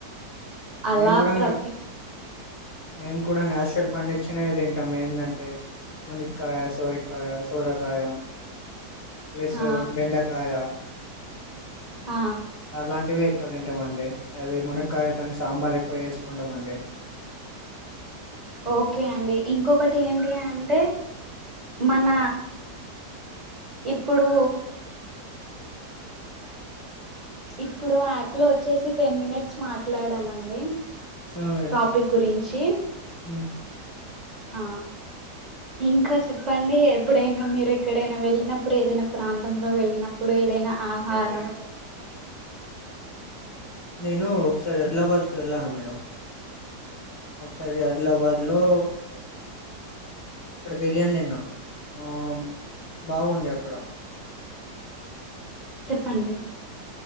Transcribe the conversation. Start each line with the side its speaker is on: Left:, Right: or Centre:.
Right: అలా
Left: మేము కూడా
Right: ప్రతి
Left: మేము కూడా నేచురల్ పండించినవి తింటాం ఏందంటే మునిక్కయ సోరిక్కయ సోరకాయ ప్లస్
Right: ఆ
Left: బెండకాయ
Right: ఆ
Left: అలాంటివి ఎక్కువ తింటామండి అవి మునకాయతోని సాంబార్ ఎక్కువ చేసుకు కొంతమంది
Right: ఓకే అండి ఇంకొకటి ఏంటి అంటే మన ఇప్పుడు ఇప్పుడు యాప్ లో వచ్చేసి టెన్ మినిట్స్ మాట్లాడాలండి
Left: ఆ, మేడం
Right: టాపిక్ గురించి
Left: ఉమ్.
Right: ఆ ఇంకా చెప్పండి, ఎప్పుడైనా మీరు ఎక్కడైనా వెళ్ళినప్పుడు ఏదైనా ప్రాంతంలో వెళ్ళినప్పుడు ఏదైనా ఆహారం
Left: నేను ఒకసారి అదిలాబాద్ కు వెళ్ళాను మేడం ఒకసారి ఆదిలాబాద్ లో ఇక్కడ బిర్యానీ తిన్న ఆ బాగుండే అక్కడ
Right: చెప్పండి